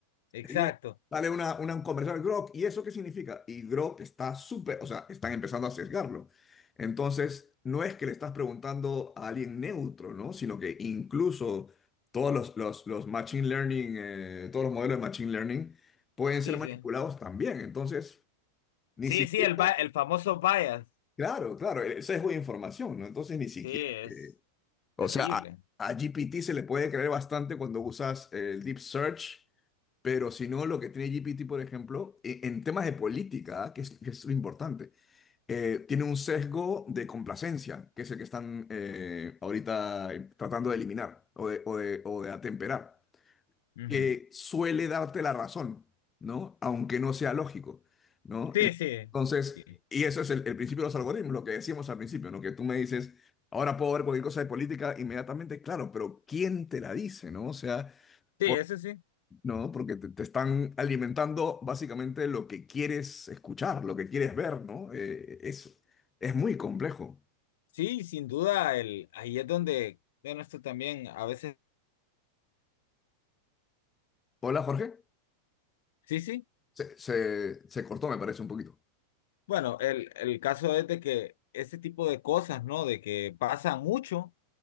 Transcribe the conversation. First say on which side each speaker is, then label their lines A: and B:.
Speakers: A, on the left (about 55°); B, on the left (about 20°).
A: Exacto.
B: Y de- sale una, una, un comercial, Grok, ¿y eso qué significa? Y Grok está súper, o sea, están empezando a sesgarlo. Entonces, no es que le estás preguntando a alguien neutro, ¿no? Sino que incluso todos los, los, los machine learning, eh, todos los modelos de machine learning pueden ser
A: Sí,
B: manipulados
A: sí.
B: también. Entonces, ni
A: Sí,
B: siquiera,
A: sí, el, ba- el famoso bias.
B: claro, claro, el sesgo de información, ¿no? Entonces ni siquiera,
A: Sí, es
B: eh, o
A: terrible.
B: sea, a, a GPT se le puede creer bastante cuando usas el deep search, pero si no, lo que tiene GPT, por ejemplo, e- en temas de política, ¿ah? que es, que es lo importante, eh, tiene un sesgo de complacencia, que es el que están eh, ahorita eh, tratando de eliminar o de, o de, o de atemperar.
A: Ujú.
B: que suele darte la razón, ¿no? Aunque no sea lógico, ¿no?
A: Sí, sí.
B: Entonces,
A: Sí,
B: y eso es el, el principio de los algoritmos, lo que decíamos al principio, ¿no? Que tú me dices, ahora puedo ver cualquier cosa de política inmediatamente, claro, pero ¿quién te la dice, ¿no? O sea,
A: Sí,
B: por-
A: eso sí.
B: ¿no? Porque te, te están alimentando básicamente lo que quieres escuchar, lo que quieres ver, ¿no? Eh, es, es muy complejo.
A: Sí, sin duda, el, ahí es donde, bueno, esto también a veces,
B: Hola, Jorge.
A: sí, sí.
B: Se, se, se cortó, me parece, un poquito.
A: Bueno, el, el caso es de que ese tipo de cosas, ¿no? De que pasan mucho.